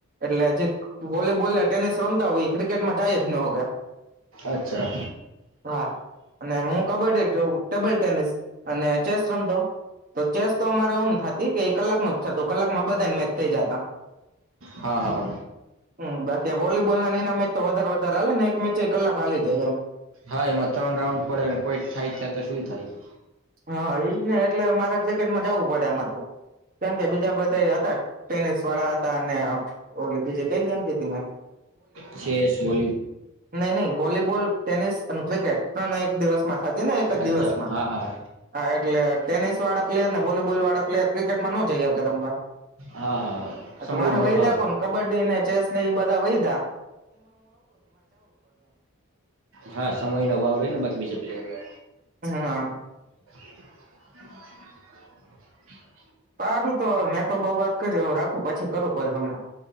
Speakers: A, on the right (about 40°); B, on the right (about 75°).
A: એટલે જે વોલીબોલ ને ટેનિસ રમતા હોય ક્રિકેટમાં જાય જ નો હા
B: અચ્છા
A: અને હું કબડ્ડી ટેબલ ટેનિસ અને ચેસ રમતો તો ચેસ તો અમારે ઓમ થતી કે કલાક ન જ થતું કલાકમાં બધા જ મેચ થઇ જતા
B: હા હા
A: હ બાકી વોલીબોલ ના એને મેચ તો વધારે વધારે હાલે ને એક મેચ કલાક હાલી જાય એમ
B: હા એમાં ત્રણ રાઉન્ડ પડે કોઈ થાય ક્યાં તો શું થાય
A: હા ઈજ ને એટલે મારે ક્રિકેટમાં જવું પડે એમાં તું કેમ કે બીજા બધા હતા ટેનિસ વાળા હતા અને ઓ બીજી કઈ ગેમ કીધી મેં
B: ચેસ વો
A: નહી નહી વોલીબોલ ટેનિસ અને ક્રિકેટ ત્રણ એક દિવસમાં થતી ને એક જ
B: અચ્છા
A: દિવસમાં
B: હા હા
A: હા એટલે ટેનિસ વાળા પ્લેયર ને વોલીબોલ વાળા પ્લેયર ક્રિકેટમાં નો જઈ શકે રમવા
B: હા હા સમયનો
A: તમારે વહીધા
B: અભાવ
A: કોણ કબડ્ડી ને ચેસ ને એ બધા વૈધા
B: હા સમય ન અભાવ રહીને બાકી બીજા પ્લેયરને
A: હા
B: <inaudible> <inaudible>
A: સારું તો મેં તો બઉ વાત કરી રાખું પછી કરું કોલ તમને